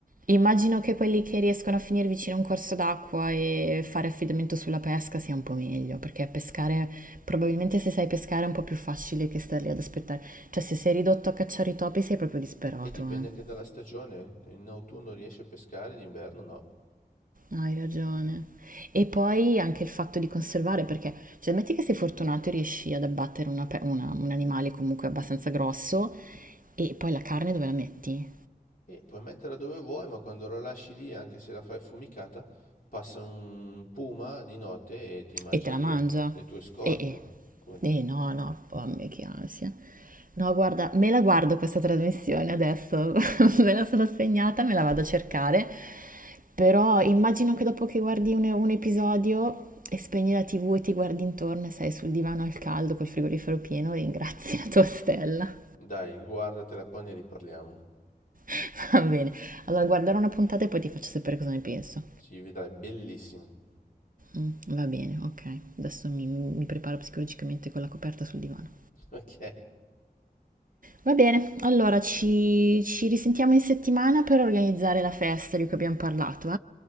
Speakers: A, on the right; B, on the left.
A: Immagino che quelli che riescono a finire vicino a un corso d'acqua e fare affidamento sulla pesca sia un po' meglio, perché pescare, probabilmente se sai pescare è un po' più facile che stare lì ad aspettare. Cioè, se sei ridotto a cacciare i topi sei proprio disperato,
B: E dipende
A: eh.
B: anche dalla stagione, in autunno riesci a pescare, d'inverno no.
A: Hai ragione. E poi anche il fatto di conservare, perché, cioè, metti che sei fortunato e riesci ad abbattere una pe- una- un animale comunque abbastanza grosso, e poi la carne dove la metti?
B: E puoi metterla dove vuoi, ma quando la lasci lì, anche se la fai affumicata, passa un puma di notte e ti mangia
A: E te la
B: via
A: mangia?
B: le tue scorte.
A: Eh, eh.
B: Per cui,
A: Eh, no, no, oh, a me che ansia. No, guarda, me la guardo questa trasmissione adesso, <laughs> me la sono segnata, me la vado a cercare, però immagino che dopo che guardi un, un episodio e spegni la TV e ti guardi intorno e sei sul divano al caldo col frigorifero pieno, ringrazi la tua stella.
B: dai, guardatela, poi ne riparliamo.
A: <laughs> Va bene, allora guarderò una puntata e poi ti faccio sapere cosa ne penso.
B: Si vedrai, bellissima. <laughs>
A: Mm, va bene, ok, adesso mi, mi preparo psicologicamente con la coperta sul divano.
B: Ok.
A: Va bene, allora ci, ci risentiamo in settimana per organizzare la festa di cui abbiamo parlato,